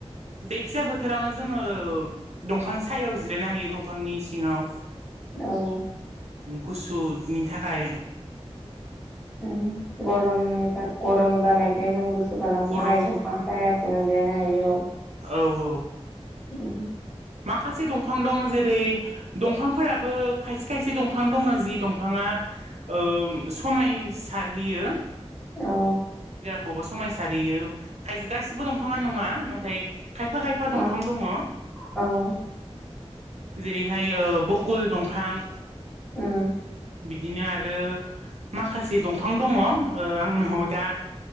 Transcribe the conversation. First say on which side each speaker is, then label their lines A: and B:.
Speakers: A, on the right (about 80°); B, in the centre.
A: जायखिजाया बोथोरावनो जोङो दंफां सायायाव जिरायनो हायो दंफांनि सिङाव
B: औ
A: गुसुनि थाखाय
B: उम गरमनि था गरम जानायखाय जों गुसु खालामनो
A: गरम
B: थाखाय दंफां साया सिङाव जिरायनो हायो औ
A: औ औ
B: उम
A: माखासे दंफां दं जेरै दंफांफोराबो खायसे खायसे दंफां दङो जि दंफाङा ओ समायसारहैयो
B: औ
A: खौबो समायसारहोयो खाय गासिबो दंफाङा नङा नाथाय खायफा खायफा दंफां
B: मा
A: दङ
B: औ
A: जेरैहाय बकुल दंफां
B: उम
A: बिदिनो आरो माखासे दंफां दंङो आंनाव दा